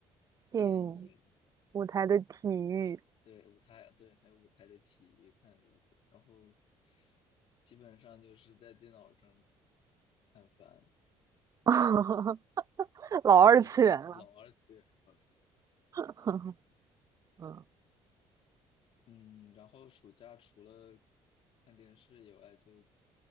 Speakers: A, on the right; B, on the left.
A: 电影
B: 电影，
A: 舞台的体育，
B: 对，舞台，对，还有舞台的体育看的比较多，然后基本上就是在电脑上看番，
A: <laughs> 老二次元了。
B: 就哦是老二次元小说。
A: <laughs> 嗯
B: 嗯，然后暑假除了看电视以外，就